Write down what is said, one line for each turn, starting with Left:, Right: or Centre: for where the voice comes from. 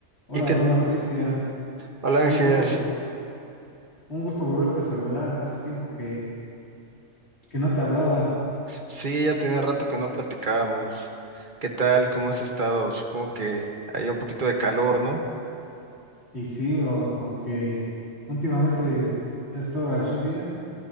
Left: Hola,
Right: ¿Y qué
Left: hermano Cristian.
Right: tal, Ángel?
Left: Un gusto, un gusto volverte a saludar. Hace tiempo que, que no te hablaba.
Right: Sí, ya tenía rato que no platicábamos. ¿Qué tal? ¿Cómo has estado? Supongo que hay un poquito de calor, ¿no?
Left: Y sí, bro, aunque últimamente es- ha estado las lluvias,